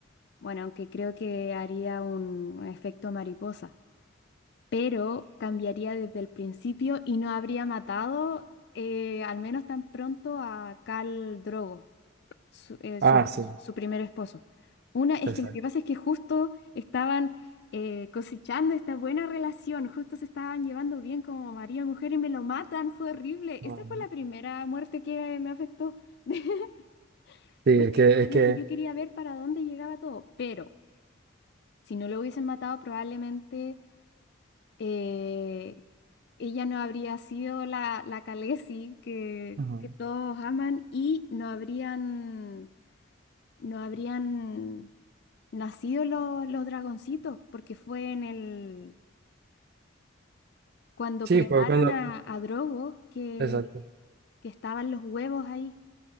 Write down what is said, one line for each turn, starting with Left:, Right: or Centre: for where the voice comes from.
Left: bueno, aunque creo que haría un efecto mariposa. pero cambiaría desde el principio y no habría matado eh, al menos tan pronto a Khal Drogo, su, eh,
Right: Ah,
Left: su, es-
Right: sí,
Left: su primer esposo. Una es
Right: exacto.
Left: que lo que pasa es que justo estaban eh, cosechando esta buena relación, justo se estaban llevando bien como marido y mujer y me lo matan, fue horrible. Esa
Right: Ujú.
Left: fue la primera muerte que me afectó, <laughs>
Right: Sí,
Left: porque
Right: es que,
Left: realmente
Right: es que,
Left: yo quería ver para dónde llegaba todo, pero si no lo hubiesen matado probablemente eh, ella no habría sido la, la Khaleesi que,
Right: ujú.
Left: que todos aman y no habrían, no habrían nacido los, los dragoncitos, porque fue en el, cuando
Right: Sí,
Left: cremaron
Right: fue cuando,
Left: a, a Drogo que,
Right: exacto.
Left: que estaban los huevos ahí.